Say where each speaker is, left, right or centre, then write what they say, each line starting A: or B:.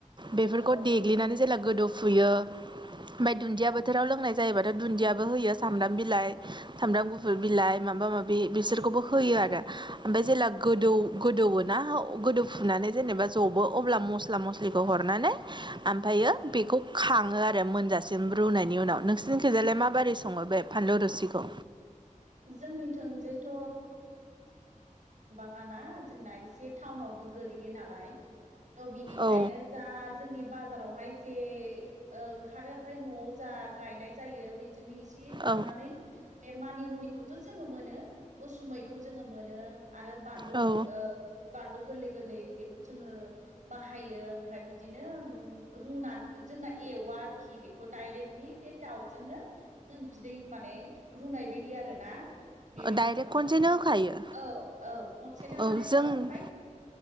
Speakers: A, on the right (about 35°); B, on the right (about 60°).
A: बेफोरखौ
B: औ
A: देग्लिनानै जेला गोदौफुयो ओमफ्राय दुन्दिया बोथोराव लोंनाय जायोबाथ' दुन्दियाबो होयो सामब्राम बिलाइ सामब्राम गुफुर बिलाइ माबा माबि बिसोरखौबो होयो आरो ओमफाय जेला गोदौ गोदौवोना गोदौ फुनानै जेनेबा जबो अब्ला मस्ला मस्लिखौ हरनानै आमफ्रायो बेखौ खाङो आरो मोनजासिम रुनायनि उनाव नोंसिनिखिजालाय माबोरै सङो बे फानलु रुसिखौ
B: जोंनिथिंजायथ' नङ ना जोंना एसे टाउनावबो गोलैयो नालाय त बिनिखायनो
A: औ
B: जा जोंनि बाजारावहाय जे ओंखारो ओमफ्राय न'आव जा गायनाय जायो बेजोंनो एसे खांनानै
A: औ
B: बे मानि मुनि जोङो मोनो उसुमैखौ जोङो मोनो आरो बानलु
A: औ
B: ओ बानलु गोरलै गोरलै जोङो बाहायो ओमफ्राय बिदिनो ओ रुनानै जोंना एवा आरोखि बेखौ डायरेक्टलि बे दाउजोंनो जों बिदि दै माने रुनाय बायदि आरो ना बेबायदि
A: डाइरेक्ट
B: खालामनानै
A: खनसेनो होखायो
B: औ औ खनसेनो
A: औ
B: माने
A: जों
B: दाउखौहाय